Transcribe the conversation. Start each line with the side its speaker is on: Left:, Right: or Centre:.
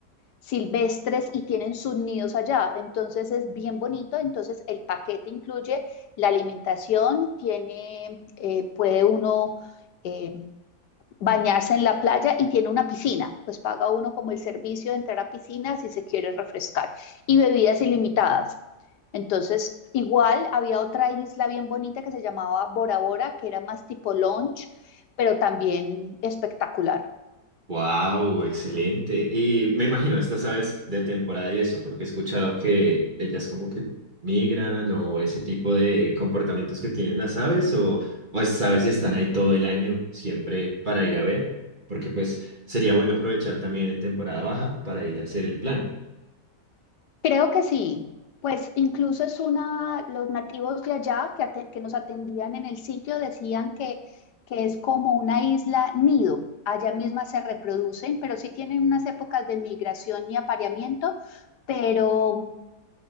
Left: silvestres y tienen sus nidos allá. Entonces es bien bonito. Entonces el paquete incluye la alimentación, tiene, eh, puede uno... eh, bañarse en la playa y tiene una piscina, pues paga uno como el servicio de entrar a piscina si se quiere refrescar y bebidas ilimitadas. Entonces, igual había otra isla bien bonita que se llamaba Bora Bora, que era más tipo lounge, pero también espectacular.
Right: Wow, excelente. Y me imagino, estas aves de temporada y eso, porque he escuchado que ellas como que migran o ese tipo de comportamientos que tienen las aves o, o estas aves si están ahí todo el año siempre para ir a ver, porque pues sería bueno aprovechar también en temporada baja para ir a hacer el plan.
Left: Creo que sí. Pues incluso es una, los nativos de allá que, ate- que nos atendían en el sitio decían que, que es como una isla nido. Allá misma se reproducen, pero sí tienen unas épocas de migración y apareamiento, pero,